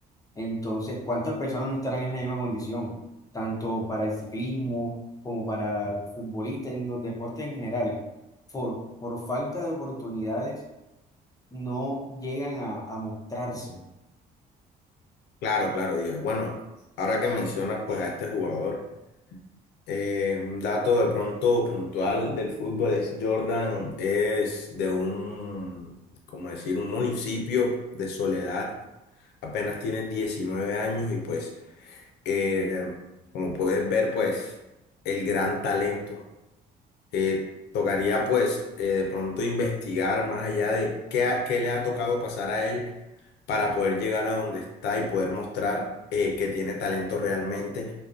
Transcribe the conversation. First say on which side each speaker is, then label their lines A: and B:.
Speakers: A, on the left; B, on the left.
A: Entonces, ¿cuántas personas no estarán en la misma condición? Tanto para el ciclismo como para futbolistas en los deportes en general. Por, por falta de oportunidades no llegan a, a mostrarse.
B: Claro, claro, Diego. Bueno, ahora que mencionas pues a este jugador, eh, un dato de pronto puntual del fútbol es Jordan es de un, como decir, un municipio de Soledad, apenas tiene 19 años y pues eh, como puedes ver pues el gran talento. eh, Tocaría pues eh, de pronto investigar más allá de qué, ha- qué le ha tocado pasar a él para poder llegar a donde está y poder mostrar eh, que tiene talento realmente,